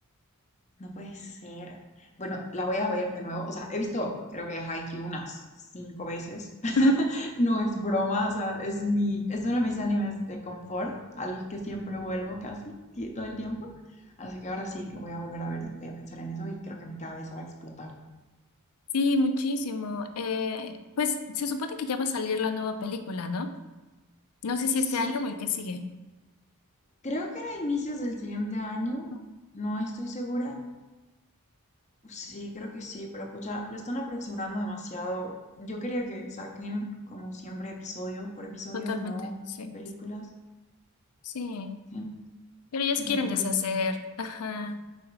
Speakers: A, on the left; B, on the left.
A: No puede ser. Bueno, la voy a ver de nuevo. O sea, he visto, creo que Haikyuu unas cinco veces. <laughs>
B: Ujú.
A: No es broma, o sea, es mi, es uno de mis animes de confort, al que siempre vuelvo casi ti- todo el tiempo. Así que ahora sí lo voy a volver a ver y voy a pensar en eso y creo que mi cabeza va a explotar.
B: Sí, muchísimo. Eh, pues se supone que ya va a salir la nueva película, ¿no? No sé si
A: Sí,
B: este año o el que sigue.
A: creo que era inicios del siguiente año,
B: No,
A: no estoy segura, Sí, creo que sí, pero pucha, lo están apresurando demasiado. Yo quería que saquen, como siempre, episodio por episodio,
B: Totalmente,
A: no
B: sí.
A: películas.
B: Sí.
A: En-
B: Pero ya
A: Bueno,
B: se quieren
A: por
B: deshacer.
A: ejemplo,
B: Ajá.